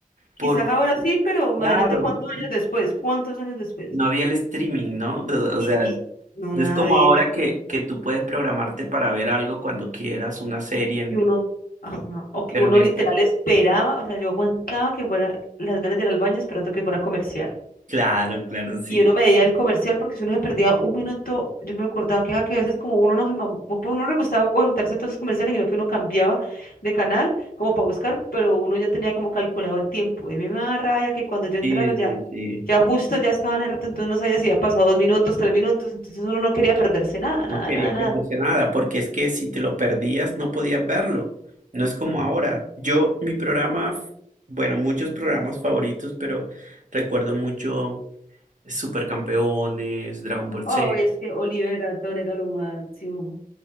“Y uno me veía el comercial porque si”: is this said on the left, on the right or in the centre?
Left